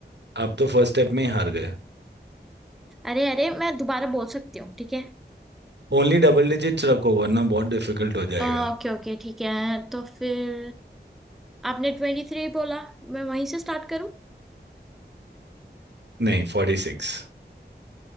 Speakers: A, on the right; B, in the centre.
A: आप तो फर्स्ट स्टेप में ही हार गए
B: अरे अरे मैं दोबारा बोल सकती हूँ ठीक है
A: ओनली डबल डिजिट्स रखो वरना बहुत डिफिकल्ट हो जाएगा
B: ओके ओके ठीक है तो फिर आपने ट्वेंटी थ्री बोला मैं वहीं से स्टार्ट करूं
A: नहीं forty six